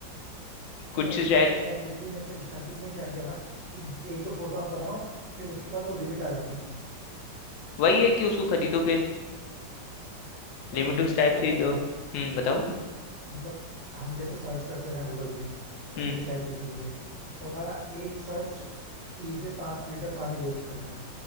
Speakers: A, on the right; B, on the left.
A: नहीं
B: कुछ
A: अभी
B: शायद
A: पता है चैट जीपीटी ने क्या स्टार्टिंग में क्या किया था कि एक दो फोटो आप बनाओ फिर उसके बाद वो लिमिट आ जाती थी
B: वही है कि उसको खरीदो फिर
A: बट
B: लिमिट
A: मेन
B: उस
A: चीज
B: टाइप
A: पता
B: से ही
A: है क्या
B: तो
A: है
B: हम्म बताओ
A: कि मतलब हम जैसे सर्च करते हैं ना गूगल पे या
B: हम्म
A: फिर चैट जीपीटी पे तो हमारा एक सर्च तीन से पांच लीटर पानी वेस्ट करता है